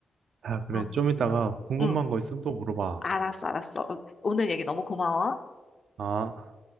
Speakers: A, on the right; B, on the left.
A: 아, 그래.
B: 어,
A: 좀 이따가 궁금한
B: 응.
A: 거 있으면 또 물어봐.
B: 알았어, 알았어. 어, 오늘 얘기 너무 고마워.
A: 아.